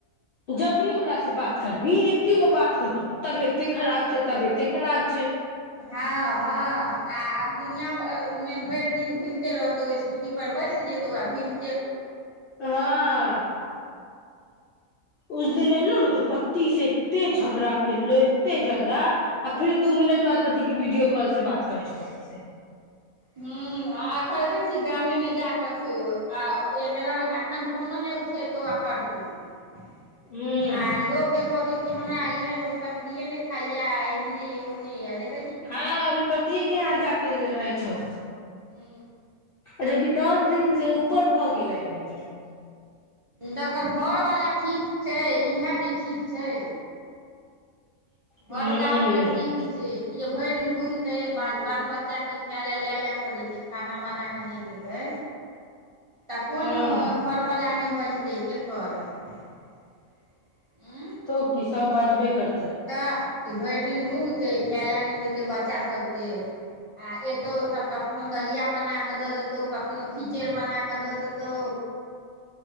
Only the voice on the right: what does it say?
हँ हँ आ आब दुनिया मे भरि दिन घुमिते रहतौ स्कूटी पर बैस जेतौ आ घुम
ह आख छी गामेमे जाकऽ छौ आ एकदम एखन फोनो नहि उठेतौ आ करतौ आ
लोकके कहतो हमरा इह पटरिे ने खाइया एहने ये ओहने य देख
हू
तब ओकर घरवला ठीक छै इएह नहि ठीक छै
घरवला ओकर ठीक छै ई जे भरि घुमतै बाल बाल बच्चाकेँ खाय लए लए लए पड़ै छै खाना बना कऽ नहि देतै तऽ कोन
घरवलाा नहि बजत के कर ह
तऽ कि भरि दिन घुमतै खाय लऽ नहि देतै बच्चा सबके आ एतौ तऽ कखनो दलिया बना कऽ दऽ देत त कखनो खिचड़ बना बना क द देतौ